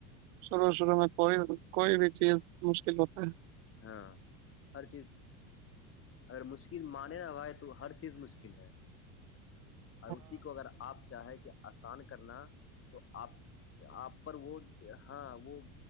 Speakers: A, on the right; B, on the left.
A: شروع شروع میں کوئی کوئی بھی چیز مشکل ہوتا ہے
B: ہاں ہر چیز اگر مشکل مان نہ ہوائے تو ہر چیز مشکل ہے
A: <inaudible>
B: اور اسی کو اگر آپ چاہیں کہ آسان کرنا تو آپ آپ پر وہ ہاں وہ